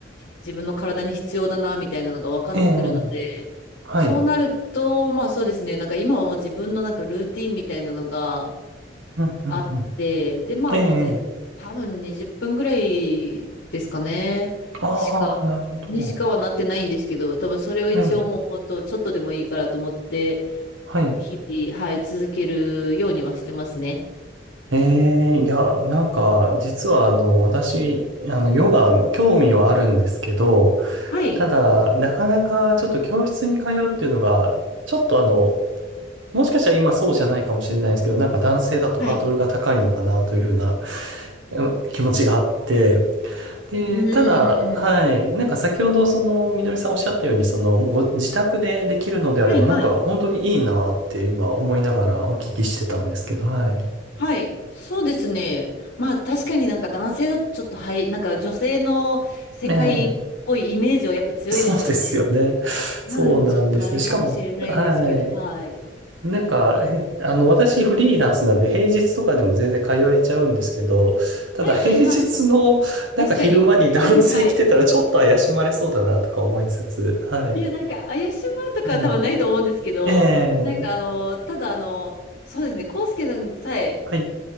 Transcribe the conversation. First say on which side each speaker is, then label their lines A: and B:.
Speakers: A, on the left; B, on the right.
A: 自分の体に必要だなみたいなのが分かってくるので、
B: ええ、はい、
A: そうなると、まあそうですね、なんか今はもう自分のなんかルーティンみたいなのが
B: うん、うん、
A: あって、でまあもう全、
B: うん、ええ、
A: 多分20分ぐらいですかね、
B: ああ、
A: しか、
B: なるほど、
A: にしかはなってないんですけど、多分それを一応もうほんとちょっとでもいいからと思って、
B: ええ、はい、
A: 日々、はい、続けるようにはしてますね。
B: ええ、いや、なんか、実は、あの、私、あの、ヨガ、興味はあるんですけど、
A: はい。
B: ただ、なかなか、ちょっと教室に通うっていうのが、ちょっと、あの、もしかしたら今そうじゃないかもしれないですけど、なんか男性だとハードルが高いのかなというふうな
A: はい。
B: え気持ちがあって、で、
A: うんうんうん
B: ただ、はい、なんか先ほどそのみのりさんおっしゃったように、そのもうご自宅でできるのであれば、
A: はいはい。
B: なんか本当にいいなって今思いながらお聞きしてたんですけど、はい。
A: はい。そうですね。まあ確かになんか男性だとちょっとはい、なんか女性の世界っぽいイメージはやっぱ強いですよね。
B: ええ、そうですよね。
A: なのでちょっとあれかもしれないんですけど、
B: そうなんですよ。しかも、はい。
A: はい。
B: なんか、えあの、私フリーランスなんで平日とかでも全然通えちゃうんですけど、ただ平日のなんか昼間に男性来てたらちょっと怪しまれそうだなとか思いつつ、
A: はいはいはい。確かに。<laughs> はい。
B: はい。
A: いや、なんか怪しまうとかは多分ないと思うんですけど、
B: ええ、ええ、
A: なんかあの、ただあの、そうですね、コウスケさんさえ
B: はい。